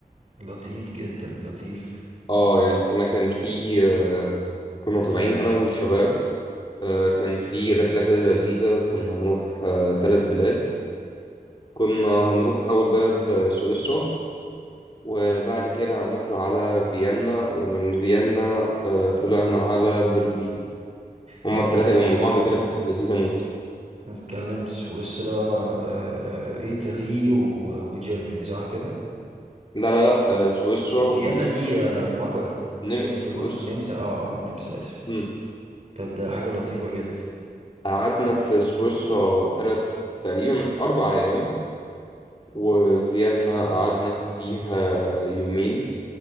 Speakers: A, on the right (about 45°); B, on the left (about 30°).
A: لطيف جدا لطيف
B: اه يعني احنا كان في آه كنا طالعين انا والشباب آه كان في رحله كده لذيذه كنا هنروح آه ثلاث بلاد كنا هنروح اول بلد آه سويسرا وبعد كده هنطلع على فيينا ومن فيينا آه طلعنا على برلين هما
A: يعني انت
B: التلاتة
A: بتتكلم
B: جنب بعض كده فكانت لذيذة موت
A: بنتكلم سويسرا آه، آه، آه، ايطالي و- وجيرماني صح كده
B: لا لا لا آه، سويسرا والنمسا
A: فيينا دي آه، مجر
B: النمسا
A: فيينا دي
B: في
A: مجر.
B: سويسرا
A: النمسا اه اه النمسا اسف
B: أمم.
A: طب ده حاجة لطيفة جدا
B: قعدنا في سويسرا تلات تقريبا أربع أيام وفيينا قعدنا فيها يومين